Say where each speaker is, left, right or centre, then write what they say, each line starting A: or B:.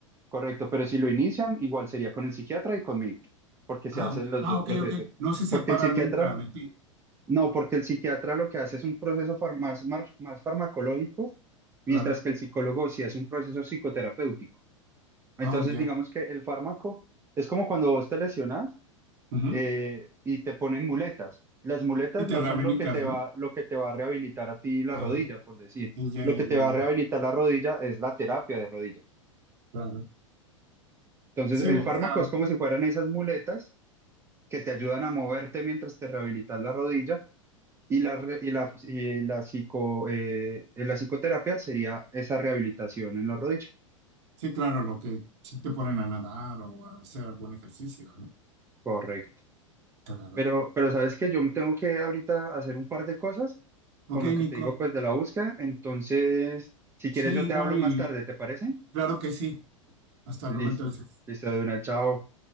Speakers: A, on the right; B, on the right.
A: correcto, pero si lo inician, igual sería con el psiquiatra y conmigo, porque se
B: Ah,
A: hacen
B: o-
A: los
B: ah,
A: dos
B: ok,
A: procesos.
B: ok. No se separa
A: Porque el psiquiatra
B: nunca de ti.
A: no, porque el psiquiatra lo que hace es un proceso far- más, mar- más farmacológico, mientras
B: Claro.
A: que el psicólogo sí hace un proceso psicoterapéutico. Entonces,
B: ah ya.
A: digamos que el fármaco es como cuando vos te lesionas
B: Ujú.
A: eh, y te ponen muletas. Las muletas
B: Y te
A: no
B: reabilitas,
A: son lo que te
B: ¿no?
A: va, lo que te va a rehabilitar a ti la
B: Ajá.
A: rodilla, por decir.
B: Y ya,
A: Lo
B: ya,
A: que te
B: ya,
A: va a rehabilitar
B: ya.
A: la rodilla es la terapia de rodilla.
B: Claro.
A: Entonces,
B: Sí,
A: el
B: o
A: fármaco
B: sea,
A: es como si fueran esas muletas que te ayudan a moverte mientras te rehabilitas la rodilla Y la, re- y la, y la, psico, eh, la psicoterapia sería esa rehabilitación en la rodilla.
B: sí, claro, lo que sí te ponen a nadar o a hacer algún ejercicio, ¿no?
A: Correcto.
B: Claro.
A: Pero, pero sabes que yo tengo que ahorita hacer un par de cosas
B: Ok,
A: con lo que
B: Nico.
A: te digo pues de la búsqueda. Entonces, si quieres
B: Sí,
A: yo
B: igual
A: te hablo
B: y
A: más tarde, ¿te parece?
B: claro que sí. Hasta
A: Listo.
B: luego entonces.
A: Listo, de una, chao.